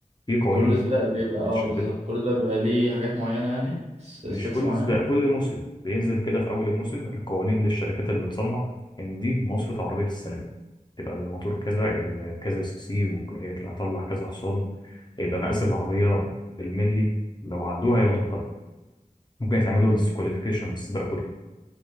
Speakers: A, on the left; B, on the right.
A: في قوانين
B: كل سباق بيبقى
A: متشدده
B: اه بالظبط كل سباق بيبقى ليه حاجات معينه يعني س- سبيكس
A: مش كل
B: معينه
A: سباق كل موسم بينزل كده في اول الموسم القوانين للشركات اللي بتصنع ان دي مواصفة عربية السنة دي تبقى بالموتور كذا ال- كذا سي سي وهيطلع هطلع كذا حصان هيبقى مقاس العربية بالملي لو عدوها هياخدوا مخالفة ممكن يتعملوا
B: مم.
A: ديسكواليفيكيشن من السباق كله